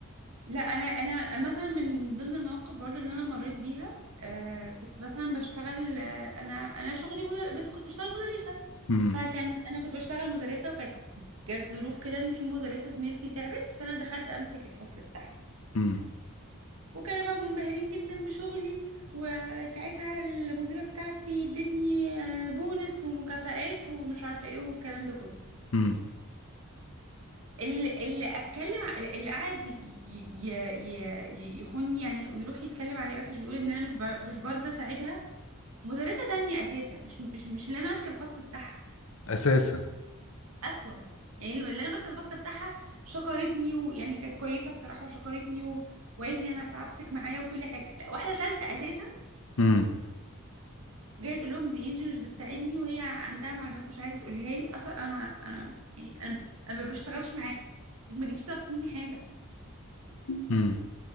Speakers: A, on the right; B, on the left.
A: لا انا انا مثلا من ضمن المواقف برضو اللي انا مريت بيها آه كنت مثلا بشتغل آه انا انا شغلي مدر... بس كنت بشتغل مدرسه
B: امم
A: فكان انا كنت بشتغل مدرسه وكانت جت ظروف كده ان في مدرسه زميلتي تعبت فانا دخلت امسك الفصل بتاعها
B: امم
A: وكانوا بقى منبهرين جدا بشغلي وساعتها المديره بتاعتي ادتني آه، بونس ومكافآت ومش عارفه ايه والكلام ده كله
B: امم،
A: اللي اللي اتكلم ع- اللي قعد ي- ي- ي- ي- يخوني يعني ويروح يتكلم عليا وحش ويقول ان انا مش ب- مش برضه اساعدها مدرسه تانية اساسا مش مش مش اللي انا ماسكه الفصل بتاعها
B: اساسا
A: اصلا يعني اللي انا ماسكه الفصل بتاعها شكرتني ويعني كانت كويسه بصراحه وشكرتني و- وقالت لي انا تعبتك معايا وكل حاجه لا واحده ثالثه اساسا
B: امم
A: جايه تقول لهم دي انجي مش بتساعدني وهي عندها معلومات مش عايزه تقولها لي اصلا انا ما انا يعني انا انا ما بشتغلش معاكي انت ما جيتيش طلبتي مني حاجه
B: امم.